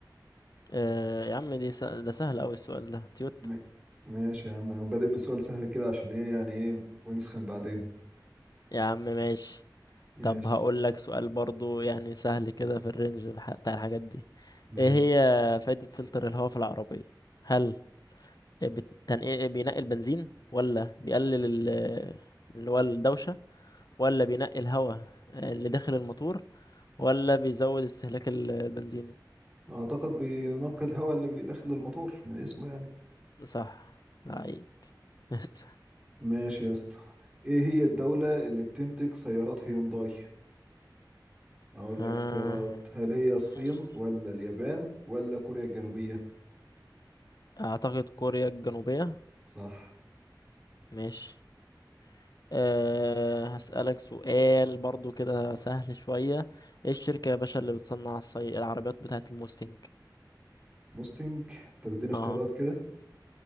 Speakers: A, on the left; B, on the right.
A: آه يا عم دي س... ده سهل أوي السؤال ده تويوتا
B: م- ماشي يا عم أنا بادئ بسؤال سهل كده عشان ايه يعني ايه ونسخن بعدين
A: يا عم ماشي
B: ماشي
A: طب هقول لك سؤال برضو يعني سهل كده في الرينج الح... بتاع الحاجات دي
B: ماشي
A: ايه هي فايدة فلتر الهواء في العربية هل بت... تنقي... بينقي البنزين ولا بيقلل ال... اللي هو الدوشة ولا بينقي الهواء آه، اللي داخل الموتور ولا بيزود استهلاك ال- البنزين
B: اعتقد بينقي الهواء اللي بيدخل الموتور من اسمه يعني
A: صح لعيب <laughs>
B: ماشي يا اسطى ايه هي الدولة اللي بتنتج سيارات هيونداي اقول
A: آه،
B: لك اختيارات هل هي الصين
A: ماشي
B: ولا اليابان ولا كوريا الجنوبية
A: اعتقد كوريا الجنوبية
B: صح
A: ماشي أه هسألك سؤال برضو كده سهل شوية ايه الشركة يا باشا اللي بتصنع الصي... العربيات بتاعة الموستنج
B: موستنج طب اديني اختيارات
A: اه
B: كده